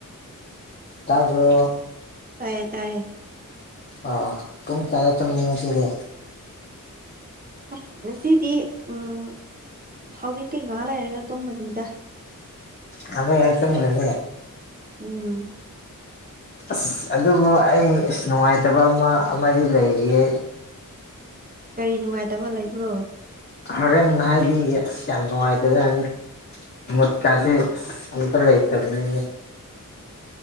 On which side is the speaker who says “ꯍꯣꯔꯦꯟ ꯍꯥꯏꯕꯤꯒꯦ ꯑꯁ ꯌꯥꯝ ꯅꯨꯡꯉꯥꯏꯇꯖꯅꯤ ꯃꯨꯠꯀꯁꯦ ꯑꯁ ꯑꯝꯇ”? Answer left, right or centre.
Left